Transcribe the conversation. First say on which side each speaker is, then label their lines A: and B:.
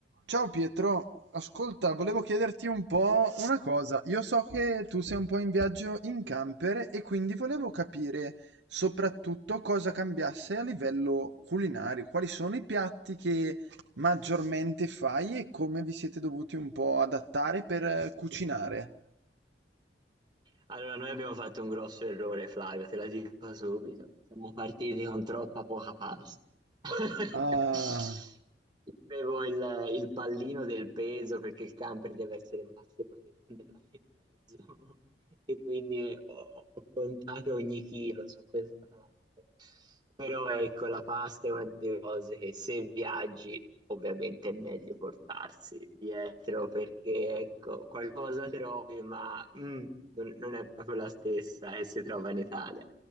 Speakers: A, on the right; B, on the right.
A: Ciao Pietro, ascolta, volevo chiederti un po' una cosa. Io so che tu sei un po' in viaggio in camper e quindi volevo capire soprattutto cosa cambiasse a livello culinario, quali sono i piatti che maggiormente fai e come vi siete dovuti un po' adattare per eh, cucinare.
B: Allora, noi abbiamo fatto un grosso errore, Flavio, te la dico subito. Siamo partiti con troppa poca pasta. <laughs>
A: Ah,
B: Io Avevo il, il pallino del peso perché il camper deve essere massimo 70 grammi e mezzo e quindi ho, ho contato ogni chilo su questa parte. Però ecco, la pasta è una delle cose che se viaggi ovviamente è meglio portarsi dietro perché ecco, qualcosa trovi, ma mm, non, non è proprio la stessa che si trova in Italia.